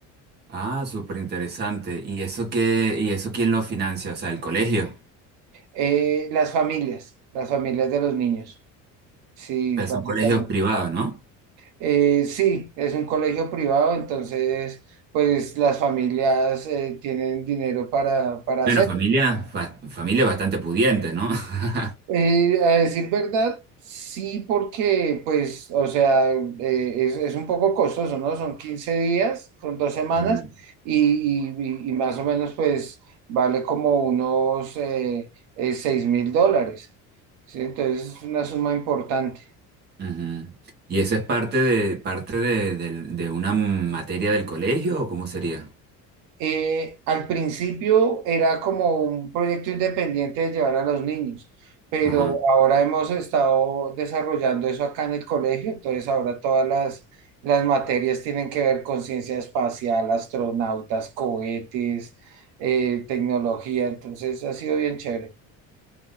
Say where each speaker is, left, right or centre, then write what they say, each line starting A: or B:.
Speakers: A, on the right; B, on the right.
A: Ah, súper interesante. ¿Y eso qué, y eso quién lo financia? O sea, el colegio.
B: Eh, las familias, las familias de los niños, sí,
A: Pero
B: básicamente.
A: son colegios privados, ¿no?
B: Eh, sí, es un colegio privado, entonces, pues las familias eh, tienen dinero para, para
A: Bueno,
B: hacerlo.
A: familia, fa- familia bastante pudiente, ¿no? <laughs>
B: Eh, a decir verdad, sí, porque, pues, o sea, eh, es, es un poco costoso, ¿no? Son 15 días, son dos semanas,
A: Ujú,
B: y, y- y- y más o menos, pues, vale como unos eh, 6 mil dólares, ¿sí? Entonces, es una suma importante.
A: ujú. ¿Y eso es parte de, parte de, del- de una materia del colegio o cómo sería?
B: eh, al principio era como un proyecto independiente de llevar a los niños, pero
A: Ajá.
B: ahora hemos estado desarrollando eso acá en el colegio, entonces ahora todas las, las materias tienen que ver con ciencia espacial, astronautas, cohetes, eh, tecnología, entonces ha sido bien chévere.